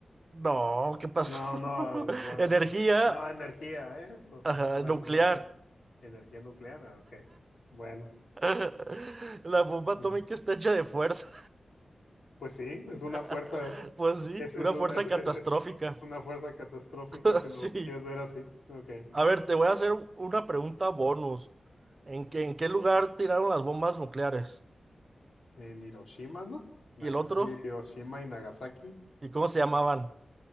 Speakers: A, on the right; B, on the left.
A: No, ¿qué pasó?
B: No,
A: <laughs>
B: no, no,
A: Energía
B: no, energía, eso.
A: Ajá,
B: Ah, bueno,
A: nuclear.
B: ok. Energía nuclear, ah, ok. Bueno,
A: <laughs> La bomba
B: <laughs> pues
A: atómica está hecha de fuerza.
B: pues sí, es una
A: <laughs>
B: fuerza,
A: Pues sí,
B: es, es,
A: una
B: un-
A: fuerza
B: es, es,
A: catastrófica.
B: es- es una fuerza catastrófica
A: <laughs>
B: si lo
A: Sí.
B: quieres ver así. Ok.
A: A ver, te voy a hacer una pregunta bonus. ¿En qué, en qué lugar tiraron las bombas nucleares?
B: En Hiroshima, ¿no? Naga-
A: ¿Y el otro?
B: Hiroshima y Nagasaki.
A: ¿Y cómo se llamaban?